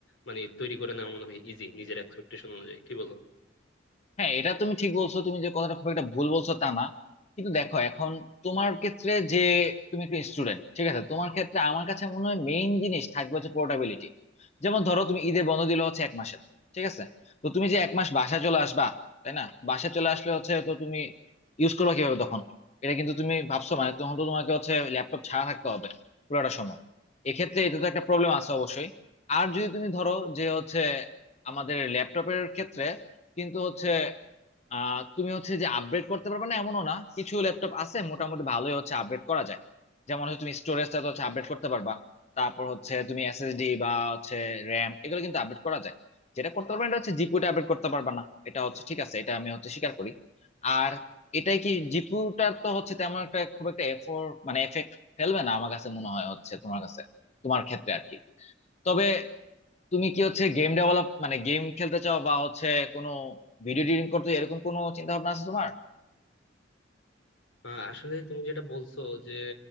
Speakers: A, on the left (about 85°); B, on the left (about 35°).
A: মানে তৈরি করে নেওয়া মনে হয় ইজি নিজের এক্সপেকটেশন অনুযায়ী কি বলো
B: হ্যাঁ এটা তুমি ঠিক বলছো তুমি যে কথাটা খুব একটা ভুল বলছো তা না কিন্তু দেখো এখন তোমার ক্ষেত্রে যে তুমি একটু স্টুডেন্ট ঠিক আছে তোমার ক্ষেত্রে আমার কাছে মনে হয় মেইন জিনিস থাকবে হচ্ছে পোর্টাবিলিটি যেমন ধরো তুমি ঈদে বন্ধ দিলে হচ্ছে এক মাসের ঠিক আছে তো তুমি যে এক মাস বাসায় চলে আসবা তাই না বাসায় চলে আসলে হচ্ছে তো তুমি ইউজ করবে কিভাবে তখন এটা কিন্তু তুমি ভাবছো মানে তখন তো তোমাকে হচ্ছে ল্যাপটপ ছাড়া থাকতে হবে পুরোটা সময় এক্ষেত্রে এটা তো একটা প্রবলেম আছে অবশ্যই আর যদি তুমি ধরো যে হচ্ছে আমাদের ল্যাপটপের ক্ষেত্রে কিন্তু হচ্ছে আহ তুমি হচ্ছে যে আপগ্রেড করতে পারবে না এমনও না কিছু ল্যাপটপ আছে মোটামুটি ভালোই হচ্ছে আপগ্রেড করা যায় যেমন হচ্ছে তুমি স্টোরেজটা তো হচ্ছে আপডেট করতে পারবা তারপর হচ্ছে তুমি এসএসডি বা হচ্ছে র্যাম এগুলো কিন্তু আপডেট করা যায় যেটা করতে পারবে না, এটা হচ্ছে জিপিউটা আপডেট করতে পারবা না এটা হচ্ছে ঠিক আছে এটা আমি হচ্ছে স্বীকার করি আর এটাই কি জিপিউটার তো হচ্ছে তেমন একটা খুব একটা এফোর্ট মানে এফেক্ট ফেলবে না আমার কাছে মনে হয় হচ্ছে তোমার কাছে তোমার ক্ষেত্রে আর কি তবে তুমি কি হচ্ছে গেম ডেভেলপ মানে গেম খেলতে চাও বা হচ্ছে কোনো ভিডিও এডিটিং করতে চাও, এরকম কোনো চিন্তা ভাবনা আছে তোমার
A: আহ, আসলে তুমি যেটা বলছো যে